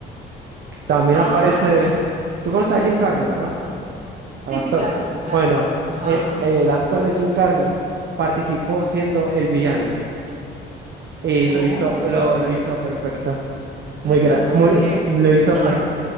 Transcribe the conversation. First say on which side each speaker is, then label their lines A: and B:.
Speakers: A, on the right; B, on the right.
A: También
B: Ah,
A: aparece,
B: qué chévere.
A: tú conoces a Jim Carrey, ¿verdad?
B: Sí,
A: Al actor.
B: sí, claro, claro.
A: Bueno,
B: Ajá.
A: eh, eh, el actor de Jim Carrey participó siendo el villano y
B: Oh,
A: lo hizo, lo, lo hizo perfecto.
B: lo
A: Muy,
B: hizo
A: gra-
B: muy
A: muy,
B: bien.
A: lo hizo,
B: No,
A: per-
B: es,